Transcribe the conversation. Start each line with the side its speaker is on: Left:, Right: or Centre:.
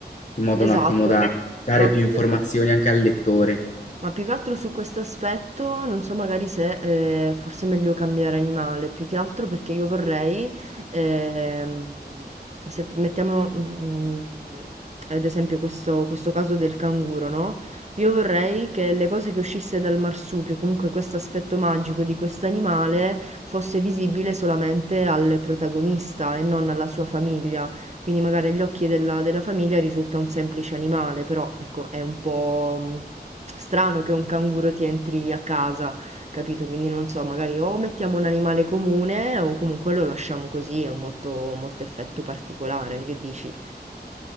Left: In modo
Right: Esatto,
Left: un attimo da dare
Right: ma
Left: più
Right: più
Left: informazioni
Right: che...
Left: anche al lettore.
Right: Ma più che altro su questo aspetto, non so magari se, ehm, forse è meglio cambiare animale, più che altro perché io vorrei, ehm, se f mettiamo, mhmm, ad esempio questo questo caso del canguro, no, io vorrei che le cose che uscisse dal marsupio, comunque questo aspetto magico di quest'animale, fosse visibile solamente al protagonista e non alla sua famiglia quindi magari agli occhi della, della famiglia risulta un semplice animale, però ecco, è un po' mh, strano che un canguro ti entri a casa, capito? Quindi non so, magari o mettiamo un animale comune o comunque lo lasciamo così, ha un molto, molto effetto particolare, che dici?